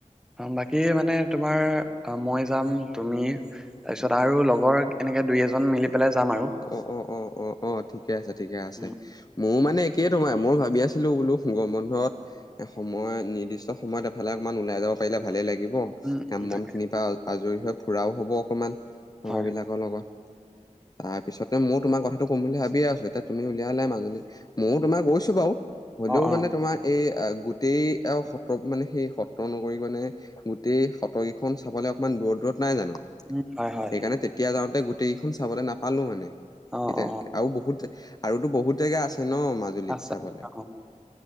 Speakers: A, in the centre; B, on the left.
A: বাকী মানে তোমাৰ মই যাম তুমি তাৰপিছত আৰু লগৰ এনেকে দুই এজন মিলি পেলাই যাম আৰু
B: অ', অ', অ', অ', অ' ঠিকে আছে, ঠিকে আছে।
A: উম
B: ময়ো মানে একেই তোমাৰ মই ভাবি আছিলো বোলো গৰম বন্ধত এ সময় নিৰ্দিষ্ট সময়ত ফালে অকণমান ওলাই যাব পাৰিলে ভালেই লাগিব
A: উম
B: কাম
A: উম, তাকে
B: বন খিনিৰ পৰা আজৰি হৈ ফুৰাও হ'ব অকণমান
A: হয়
B: লগৰবিলাকৰ
A: হয়
B: লগত। তাৰপিছতে ময়ো তোমাৰ কথাটো কম বুলি ভাবিয়ে আছো এতিয়া তুমি উলিয়লাই মাজুলি ময়ো তোমাৰ গৈছো বাৰু। হলেও
A: অ অ
B: মানে তোমাৰ এই গোটেই আৰু সত্ৰ মানে সেই সত্ৰ নগৰি মানে গোটেই সত্ৰকেইখন চাবলৈ অকমান দূৰত দূৰত নাই জানো।
A: উম, হয়, হয়।
B: এনেই তেতিয়া যাওঁতে গোটেইকেইখন চাবলৈ নাপালো মানে।
A: অ',
B: এতিয়া
A: অ'।
B: আৰু বহুত আৰুতো বহুত জেগা আছে ন মাজুলীত
A: আছে
B: চাবলে।
A: অ